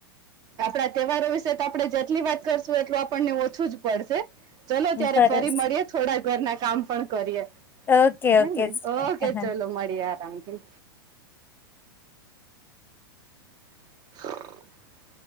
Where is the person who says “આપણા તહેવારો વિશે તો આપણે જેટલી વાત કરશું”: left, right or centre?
Right